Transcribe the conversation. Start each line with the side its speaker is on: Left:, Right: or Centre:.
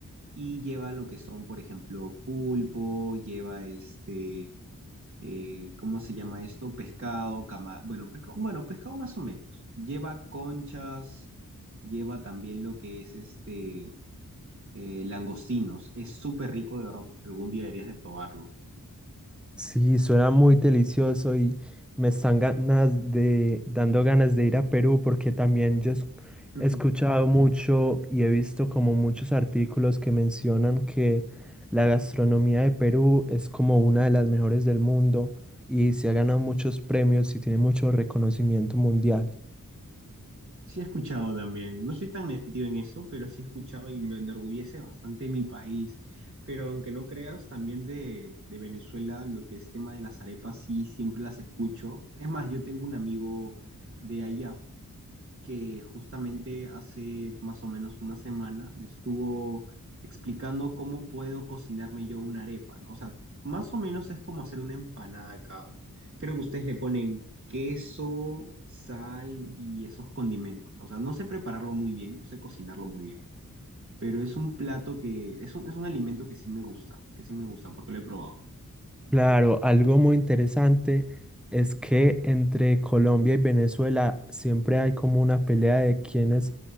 Right: y lleva lo que son, por ejemplo, pulpo, lleva este, eh, ¿cómo se llama esto? Pescado, cama, bueno, pescado, bueno, pescado más o menos. Lleva conchas, lleva también lo que es este, eh, langostinos. Es súper rico, de verdad, que algún día deberías de probarlo.
Centre: Sí, suena muy delicioso y me están ganas de, dando ganas de ir a Perú porque también yo es-
Right: <laughs>
Centre: he escuchado mucho y he visto como muchos artículos que mencionan que la gastronomía de Perú es como una de las mejores del mundo y se ha ganado muchos premios y tiene mucho reconocimiento mundial.
Right: Sí he escuchado también, no soy tan metido en eso, pero sí he escuchado y me enorgullece bastante mi país. Pero aunque no creas, también de, de Venezuela, lo que es tema de las arepas, sí, siempre las escucho. Es más, yo tengo un amigo de allá que justamente hace más o menos una semana me estuvo explicando cómo puedo cocinarme yo una arepa, ¿no? O sea, más o menos es como hacer una empanada acá. Creo que ustedes le ponen queso, sal y esos condimentos, ¿no? O sea, no sé prepararlo muy bien, no sé cocinarlo muy bien, pero es un plato que, es un, es un alimento que sí me gusta, que sí me gusta porque lo he probado.
Centre: Claro, algo muy interesante es que entre Colombia y Venezuela siempre hay como una pelea de quién es